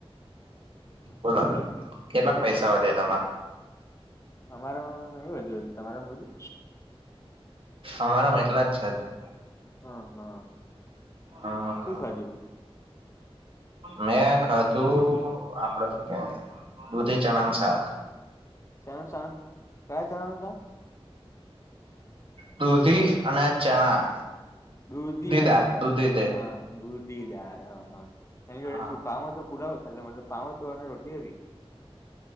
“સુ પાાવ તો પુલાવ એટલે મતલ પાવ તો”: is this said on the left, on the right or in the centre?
Left